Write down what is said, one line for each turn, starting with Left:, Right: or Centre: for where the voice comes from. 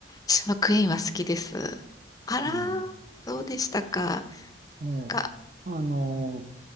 Left: 私もクイーンは好きです。あら、
Right: うん。
Left: そうでしたか。
Right: ええ。
Left: か、
Right: あの、